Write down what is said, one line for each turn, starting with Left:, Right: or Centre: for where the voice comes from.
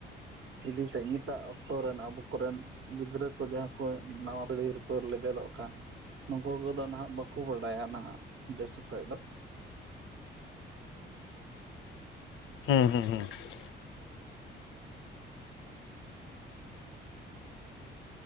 Right: ᱤᱫᱤ ᱛᱮ ᱱᱤᱛᱟᱜ ᱚᱠᱛᱚ ᱨᱮᱱ, ᱟᱵᱚ ᱠᱚᱨᱮᱱ ᱜᱤᱫᱽᱨᱟᱹ ᱠᱚ, ᱡᱟᱦᱟᱸ ᱠᱚ ᱱᱟᱣᱟ ᱯᱤᱲᱦᱤ ᱨᱮᱠᱚ, ᱞᱮᱵᱮᱫᱚᱜ ᱠᱟᱱ ᱱᱩᱠᱩ ᱠᱚᱫᱚ, ᱱᱷᱟᱜ ᱵᱟᱠᱚ ᱵᱟᱰᱟᱭᱟ ᱱᱷᱟᱜ, ᱵᱮᱥ ᱚᱠᱚᱡ ᱫᱚ ᱾
Left: ᱦᱩᱸ ᱦᱩᱸ ᱦᱩᱸ ᱾